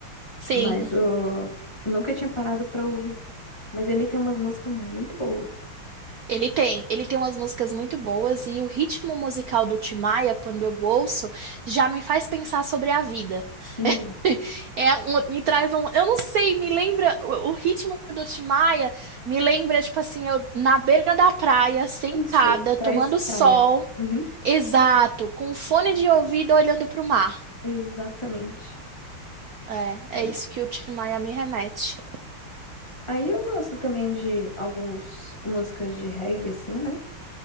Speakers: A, on the right; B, on the left.
A: Sim,
B: Mas eu nunca tinha parado pra ouvir. Mas ele tem umas músicas muito boas.
A: ele tem. Ele tem umas músicas muito boas e o ritmo musical do Tim Maia, quando eu ouço, já me faz pensar sobre a vida.
B: Sim,
A: <laughs> É, um- me traz um. Eu não sei, me lembra. O, o ritmo do Tim Maia me lembra, tipo assim, eu na beira da praia, sentada,
B: isso,
A: tomando
B: traz
A: sol.
B: praia. Uhum,
A: Exato, com um fone de ouvido olhando pro mar.
B: exatamente.
A: É,
B: né?
A: é isso que o Tim Maia me remete.
B: Aí eu gosto também de algumas músicas de reggae, assim, né?